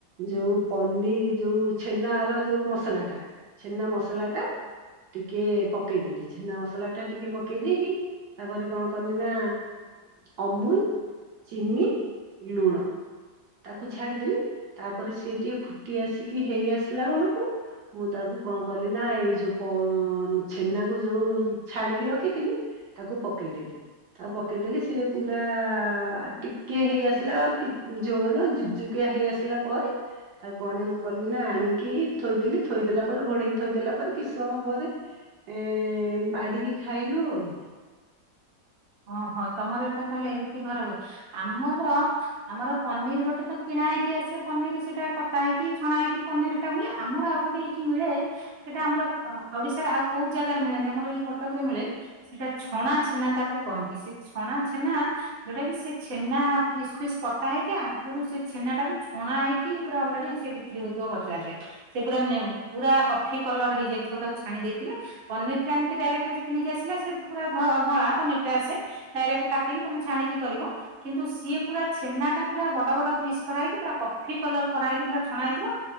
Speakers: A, on the right; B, on the right.
A: ଯୋଉ ପନିର ଯୋଉ ଛେନ ର ଯୋଉ ମସଲା ଟା ଛେନା ମସଲା ଟା ଟିକେ ପକେଇଦେଲି। ଛେନା ମସଲା ଟା ଟିକେ ପକେଇ ଦେଇେଇକି ତାପରେ କଣ କଲି ନା ଅମୁଲ ଚିନି ଲୁଣ। ତାକୁ ଛାଡିଦେଲି ତାପରେ ସିଏ ଟିକେ ଫୁଟି ଆସିକି ହେଇ ଆସିଲା ବେଳକୁ ମୁଁ ତାକୁ କଣ କଲି ନା ଏଇ ଯୋଉ ଛେନାକୁ ଯୋଉ ଛାଣିକି ରଖିଥିଲି ତାକୁ ପକେଇଦେଲି। ଆଉ ପକେଇଦେଲି ସେ ପୁରା ଟିକେ ହେଇ ଆସିଲା ଆଉ ଝୋଳନୁ <unintelligible> ହେଇ ଆସିଲା ପରେ ତାକୁ କଣେ ମୁଁ କଲି ନା ଆଣିକି ଥୋଇଦେଲି, ଥୋଇଦେଲା ପରେ ଘୋଡେଇକି ଥୋଇଦେଲା ପରେ, କିସ ସମୟ ପରେ ଏ ବାଡିକି ଖାଇଲୁ ଆଉ।
B: ଓହୋ ତମର ଏଇଟା ତାହେଲେ ଏମିତି ଘର ହୁ ଆମର ଆମର ପନିର ଗୋଟେ ତ କିଣା ହେଇକି ଆସେ ପନିର ସେଇଟା କଟା ହେଇକିଛଣା ହେଇକି ପନିର ଟା ହୁଏ ଆମର ଆଉ ଗୋଟେ ଏଇଠି ମିଳେ ସେଇଟା ଆମର ଓଡିଶାରେ ଆଉ କୋଉ ଜାଗାରେ ମିଳେନି ଆମର ଏଇ କଟକ ରେ ମିଳେ। ସେଟା ଛଣା ଛେନା ତାକୁ କହନ୍ତି। ସେ ଛଣା ଛେନା ଯୋଉଟା କିି ସେ ଛେନା ପିସ୍ ପିସ୍ କଟା ହେଇକି ଆଗରୁ ସେ ଛେନା ଟାକୁ ଛଣା ହେଇକି ପୁରା ଅଲରେଡି ସେ ବିକ୍ରି ହଉଥିବ ବଜାର ରେ ସେ ପୁରା ପୁରା କଫି କଲର ହେଇଯାଇଥିବ ତାକୁ ଛାଣି ଦେଇଥିବେ। ପନିର ଟା ଏମିତି ଡାଇରେକ୍ଟ କିଣିକି ଆସିଲେ ସେ ପୁରା ଧଳା ପନିର ଟା ଆସେ। ଡାଇରେକ୍ଟ କାଟିକି ତମେ ଛାଣିକି କରିବ। କିନ୍ତୁ ସିଏ ପୁରା ଛେନା ଟା ପୁରା ବଡ ବଡ ପିସ୍ କରାହେଇକି ପୁରା କଫି କଲର କରାହେଇକି ପୁରା ଛଣା ହେଇଥିବ।